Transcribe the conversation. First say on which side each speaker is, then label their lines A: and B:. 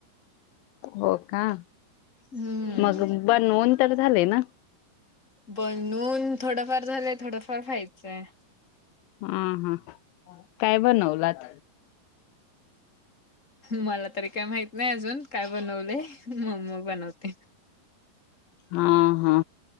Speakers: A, on the left; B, on the left.
A: हो का
B: हम्म
A: मग बनवून तर झालंय ना?
B: बनवून थोडफार झालय थोडफार व्हायचंय.
A: हा हा काय बनवलात?
B: मला तरी काय माहित नाही अजून काय बनवलय. मम्मी बनवते.
A: हा-हा.